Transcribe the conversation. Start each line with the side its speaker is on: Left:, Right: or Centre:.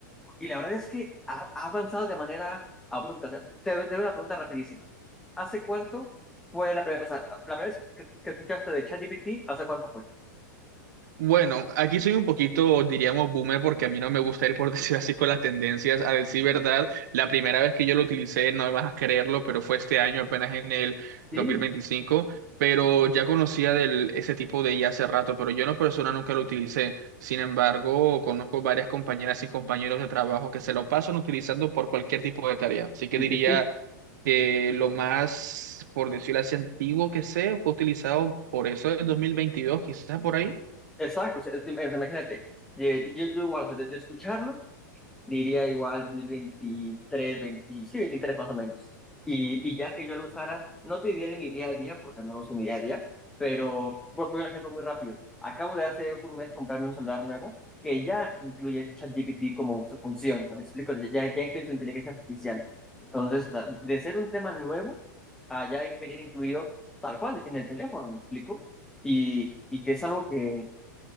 Centre: Y la verdad es que ha, ha avanzado de manera abrupta. O sea, te, te doy una pregunta rapidísima. ¿Hace cuánto fue la primera, o sea, la primera vez que, que- que escuchaste de ChatGPT, ¿hace cuánto fue?
Right: Bueno, aquí soy un poquito, diríamos, boomer porque a mí no me gusta ir por <laughs> decir así con las tendencias. A decir verdad, la primera vez que yo lo utilicé, no me vas a creerlo, pero fue este año, apenas en el 2025.
Centre: Sí,
Right: Pero ya conocía del, ese tipo de IA hace rato, pero yo en lo personal nunca lo utilicé. Sin embargo, conozco varias compañeras y compañeros de trabajo que se lo pasan utilizando por cualquier tipo de tarea. Así que
Centre: sí,
Right: diría
Centre: sí. sí.
Right: que lo más, por decirlo así, antiguo que sé fue utilizado por eso del 2022, quizás por ahí
Centre: Exacto, o sea, es que, imagínate, yo, yo, yo igual, de, de escucharlo diría igual 2023, 20, sí, 23 más o menos. Y, y ya que yo lo usara, no te diré mi día a día, porque no lo uso en mi día a día, pero pues, voy a un ejemplo muy rápido. Acabo de hace un mes comprarme un celular nuevo que ya incluye ChatGPT como su función, o sea, me explico, ya, ya incluye su inteligencia artificial. Entonces, o sea, de ser un tema nuevo, a ya venir incluido tal cual en el teléfono, me explico. Y, y que es algo que,